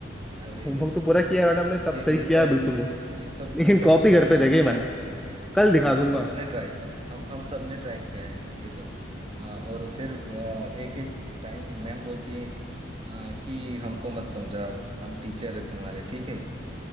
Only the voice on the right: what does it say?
अरे
ये
ये
ये
सब
ये ये सब
ये सब
होता
है ना
हम
सबने ट्राई हम हम सबने ट्राई किया है ये सब अ, और फिर एक एक टाइम मैम बोलती है अ, कि हमको मत समझाओ हम टीचर है तुम्हारे ठीक है